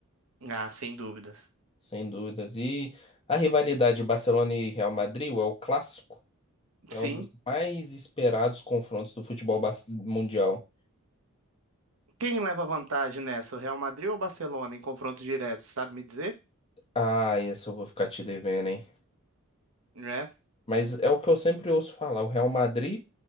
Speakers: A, on the right; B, on the left.
A: Ah, sem dúvidas.
B: Sem dúvidas. E a rivalidade Barcelona e Real Madrid é o clássico. É
A: Sim.
B: um dos mais esperados confrontos do futebol bas- mundial.
A: Quem leva vantagem nessa? O Real Madrid ou o Barcelona em confronto direto, sabe me dizer?
B: Ah, esse eu vou ficar te devendo, hein?
A: É.
B: Mas é o que eu sempre ouço falar: o Real Madrid